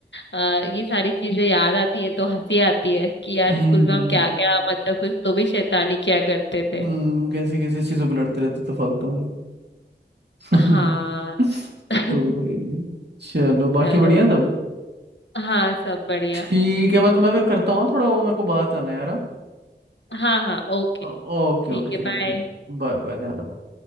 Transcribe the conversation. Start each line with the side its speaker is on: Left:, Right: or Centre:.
Left: अ, ये सारी चीजें याद आती है तो हंसी आती है कि यार
Right: हम्म
Left: स्कूल में हम क्या क्या मतलब कुछ तो भी शैतानी किया करते थे
Right: हम्म, कैसे कैसे चीजों पे लड़ते रहते थे फालतू में <laughs>
Left: हाँ <laughs>
Right: तो वही। चलो बाकी
Left: चलो
Right: बढ़िया सब
Left: हाँ सब बढ़िया
Right: ठीक है मैं तुम्हें फिर करता हूँ थोड़ा वो मेरे को बाहर जाना है यार
Left: हाँ हाँ ओके
Right: हाँ? ओके
Left: ठीक
Right: ओके
Left: है
Right: चलो
Left: बाय
Right: बाय बाय ध्यान रखो